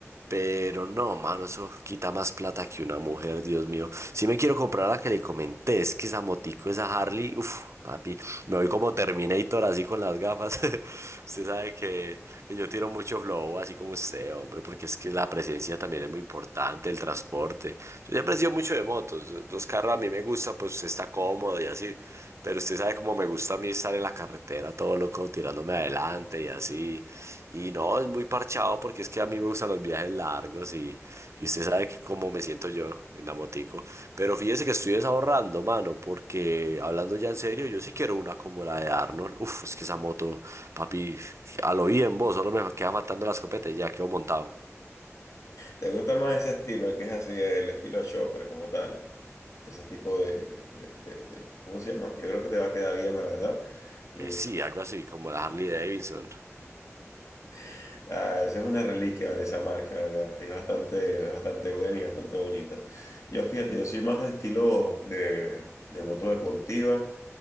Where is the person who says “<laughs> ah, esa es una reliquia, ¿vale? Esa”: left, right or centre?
Left